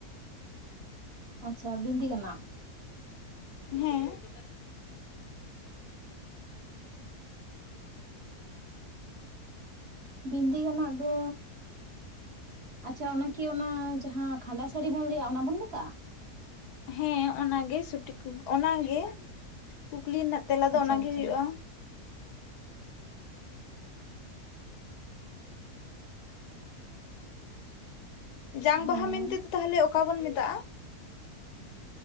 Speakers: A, on the right (about 45°); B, on the left (about 80°).
A: ᱟᱪᱪᱷᱟ, ᱵᱤᱱᱸᱫᱤ ᱠᱟᱱᱟ᱾
B: ᱦᱮᱸ,
A: ᱵᱤᱱᱫᱤ ᱜᱟᱱᱟᱜ ᱫᱚ ᱟᱪᱪᱷᱟ, ᱚᱱᱟᱠᱤ ᱚᱱᱟ ᱡᱟᱦᱟᱸ ᱠᱷᱟᱸᱰᱟ ᱥᱟᱺᱲᱤ ᱵᱩᱱ ᱞᱟᱹᱭᱟ ᱚᱱᱟ ᱵᱩᱱ ᱢᱮᱛᱟᱜᱼᱟ?
B: ᱦᱮᱸ ᱚᱱᱟ ᱜᱮ ᱥᱩᱴᱤ ᱠᱚ ᱚᱱᱟ ᱜᱮ ᱠᱩᱠᱞᱤ ᱨᱮᱱᱟᱜ ᱛᱮᱞᱟ ᱫᱚ
A: ᱟᱪᱪᱷᱟ
B: ᱚᱱᱟ ᱜᱮ
A: ᱟᱪᱪᱷᱟ
B: ᱦᱩᱭᱩᱜᱼᱟ᱾ ᱡᱟᱝ
A: ᱦᱮᱸ
B: ᱵᱟᱦᱟ ᱢᱮᱱᱛᱮ ᱫᱚ ᱛᱟᱦᱞᱮ ᱚᱠᱟ ᱵᱚᱱ ᱢᱮᱛᱟᱜᱼᱟ?